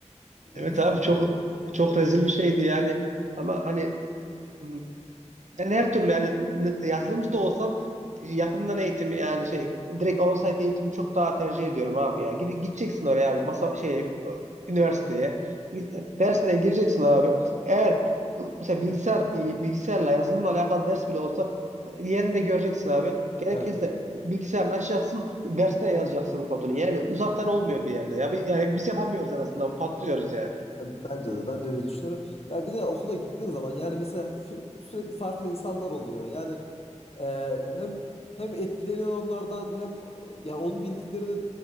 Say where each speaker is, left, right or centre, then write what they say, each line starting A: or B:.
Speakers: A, on the left (about 55°); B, on the right (about 75°).
A: <laughs>
B: Evet abi çok çok rezil bir şeydi yani. Ama hani Hmm. Yani her türlü yani n- yazılımcı da olsam e, yakından eğitimi yani şey direkt on-site eğitimi çok daha tercih ediyorum abi ya. Gide- gideceksin oraya abi masa şeye üniversiteye Gi- e, dersine gireceksin abi. Eğer mesela bilgisayar bilgisayarla yazılımla alakalı ders bile olsa yerinde göreceksin abi. Gerekirse
A: Evet.
B: bilgisayarını açacaksın, dersine yazacaksın kodunu. Yani uzaktan olmuyor bir yerde ya. Bir- Yani biz yapamıyoruz en azından patlıyoruz yani.
A: Bence de ben de öyle düşünüyorum. Ya bir de okula gittiğin zaman yani mesela fü- sürekli farklı insanlar oluyor. Yani e, hem hem etkileniyor onlardan hem yani onun bildiklerini